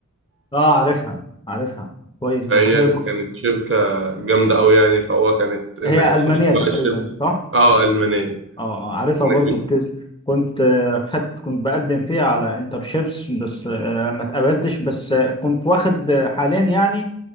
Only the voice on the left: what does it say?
اه عارفها عارفها كويس
وهي ب-
هي
ألمانية
تقريبا
صح؟
اه آه، عارفها
برضو
بت... كنت آه، خدت كنت بقدم فيها على انترشيبس بس آه، ما اتقبلتش بس آه، كنت واخد آه، حاليا يعني